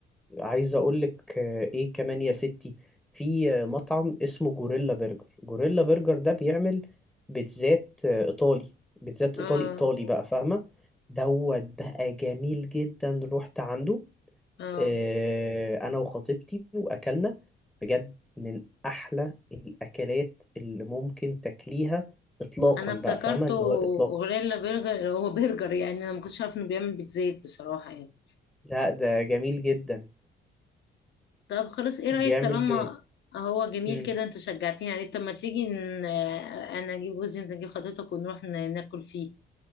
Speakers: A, in the centre; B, on the left.
A: عايز اقول لك آه، ايه كمان يا ستي في آه، مطعم اسمه جوريلا برجر جوريلا برجر ده بيعمل بيتزات آه، ايطالي بيتزات
B: اه
A: ايطالي ايطالي بقى فاهمه دوت بقى جميل جدا رحت عنده
B: اه
A: آه، انا وخطيبتي واكلنا بجد من احلى الاكلات اللي ممكن تاكليها اطلاقا
B: انا افتكرته
A: بقى فاهمه اللي هو اطلاقا
B: غوريلا برجر هو برجر يعني انا ما كنتش عارف انه بيعمل بيتزا بصراحة يعني
A: لا ده جميل جدا
B: طب خلاص ايه رأيك
A: بيعمل
B: طالما
A: ب...
B: هو جميل
A: مم.
B: كده انت شجعتني عليه طب ما تيجي ن- انا اجيب جوزي انت تجيب خطيبتك ونروح ن- ناكل فيه